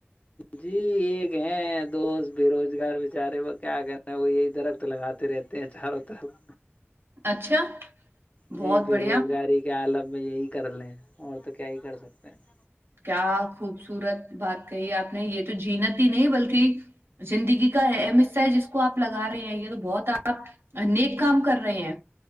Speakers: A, on the left; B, on the right.
A: جی ایک ہے دوست بے روزگار بیچارے وہ کیا کرتا وہ یہی درخت لگاتے رہتے تہ چار <unintelligible>
B: اچھا بہت
A: جی بے
B: بڑھیا
A: روزگاری کے عالم میں یہ ہی کر لیں اور تو کیا ہی کر سکتے ہیں
B: کیا خوبصورت بات کہی آپ نے یہ تو جینتی ہی نہیں بلکہ زندگی کا ہے اہم حصہ ہیں جس کو آپ لگا رہے ہیں یہ تو بہت آپ نیک کام کر رہے ہیں